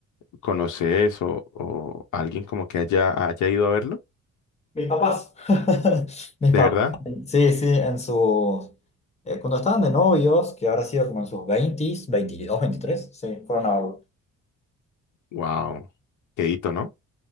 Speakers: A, on the left; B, on the left.
A: conoces o, o alguien como que haya, haya ido a verlo?
B: Mis papás. <laughs> Mis
A: ¿De
B: papás,
A: verdad?
B: sí, sí, en sus... eh, cuando estaban de novios, que habrá sido como en sus veintis 22 23 sí, fueron a verlo.
A: Wow. Qué hito, ¿no?